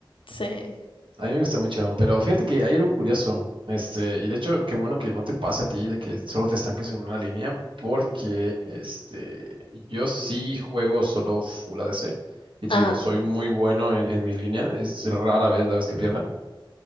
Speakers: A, on the left (about 80°); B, on the right (about 75°).
A: Sí.
B: A mí me gusta mucho, pero fíjate que hay algo curioso, este, y de hecho, qué bueno que no te pase a ti de que solo te estanques en una línea, porque, este, yo sí juego solo full ADC, y te
A: Ah,
B: digo,
A: ok.
B: soy
A: ok.
B: muy bueno en, en mi línea, es rara vez la vez que pierda,